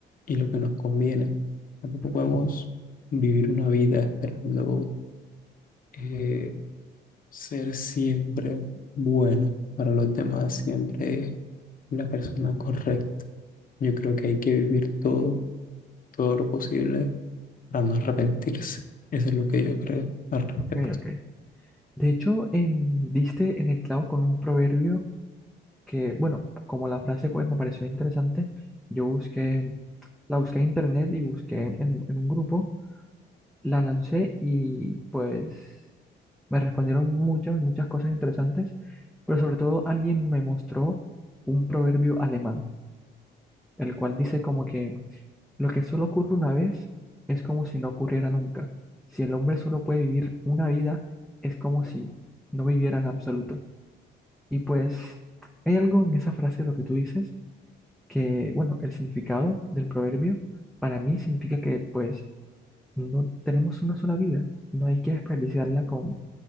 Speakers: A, on the left (about 45°); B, in the centre.
A: y lo que nos conviene. Tampoco
B: ujú,
A: podemos vivir una vida esperando eh, ser siempre bueno para los demás, siempre la persona correcta. Yo creo que hay que vivir todo, todo lo posible para no arrepentirse. Eso es lo que yo creo al respecto.
B: Ok, ok. De hecho, em, diste en el clavo con un proverbio que, bueno, como la frase pues me pareció interesante, yo busqué, la busqué en internet y busqué en, en un grupo la lancé y pues me respondieron muchas, muchas cosas interesantes, pero sobre todo alguien me mostró un proverbio alemán, el cual dice como que lo que solo ocurre una vez es como si no ocurriera nunca. Si el hombre solo puede vivir una vida, es como si no viviera en absoluto. Y pues hay algo en esa frase, lo que tú dices, que bueno, el significado del proverbio para mí significa que pues no tenemos una sola vida, no hay que desperdiciarla con,